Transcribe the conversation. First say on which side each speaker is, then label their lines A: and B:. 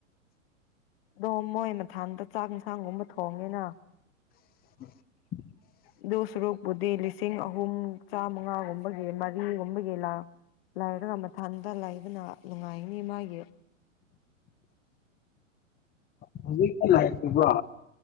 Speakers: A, on the left (about 45°); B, on the left (about 20°).
A: ꯑꯣ ꯃꯣꯏ ꯃꯊꯥꯡꯇ ꯆꯥꯛ ꯏꯟꯁꯥꯡꯒꯨꯝꯕ ꯊꯣꯡꯉꯦꯅ
B: <unintelligible> <inaudible>
A: ꯑꯗꯨ ꯁꯔꯨꯛꯄꯨꯗꯤ ꯂꯤꯁꯤꯡ ꯑꯍꯨꯝ ꯆꯥꯃꯉꯥꯒꯨꯝꯕꯒꯤ ꯃꯔꯤꯒꯨꯝꯕꯒꯤ ꯂꯥꯛ ꯂꯩꯥꯏꯔꯒ ꯃꯊꯟꯇ ꯂꯩꯕꯅ ꯅꯨꯡꯉꯥꯏꯅꯤ ꯃꯥꯒꯤ
B: ꯍꯧꯖꯤꯛꯇꯤ ꯂꯩꯇ꯭ꯔꯤꯕ꯭ꯔꯣ